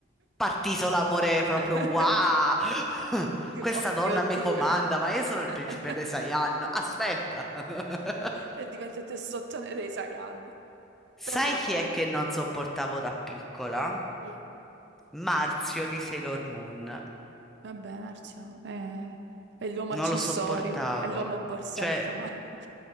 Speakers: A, in the centre; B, on the right (about 60°).
A: partito l'amore proprio
B: <laughs>
A: wow! <laughs>
B: Tipo,
A: Questa
B: oh
A: donna
B: mio
A: mi
B: Dio.
A: comanda, ma io
B: <laughs>
A: sono il principe dei Saiyan. Aspetta. <laughs>
B: e diventate sottone dei Saiyan.
A: Sai
B: Per la
A: chi
B: moglie,
A: è che non
B: però.
A: sopportavo da piccola?
B: Sì.
A: Marzio di Sailor Moon.
B: Vabbè, Marzio, è, è l'uomo
A: Non
B: accessorio,
A: lo sopportavo.
B: è l'uomo borsetta,
A: Cioè,
B: ma <laughs>